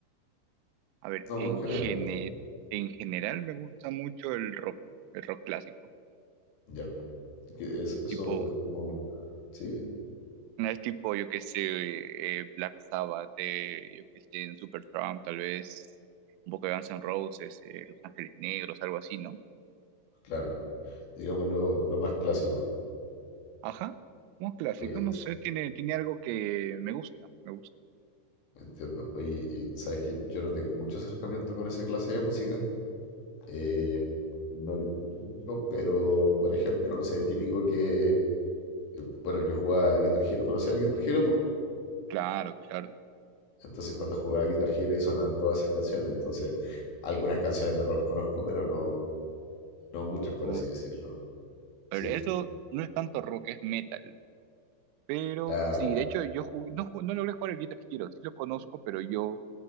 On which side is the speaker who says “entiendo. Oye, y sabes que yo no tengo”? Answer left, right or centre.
Left